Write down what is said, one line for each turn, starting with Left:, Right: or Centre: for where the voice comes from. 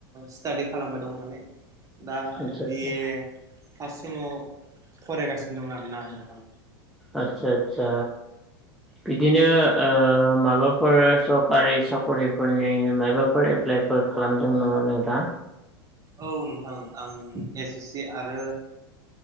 Right: स्टादि खालामबाय दं माने दा
Centre: आदसा
Right: बि-ए
Centre: आदसा
Right: फार्स्टसेमाव फरायगासिनो दं आरोना नोंथां।
Centre: आतसा आसा। बिदिनो ओ माबाफोर सरकारि साख्रिफोरनि माबाफोर ए एप्लाइफोर खालामदों नामा नोंथाङा।
Right: औ नोंथां आं एस एस सि आरो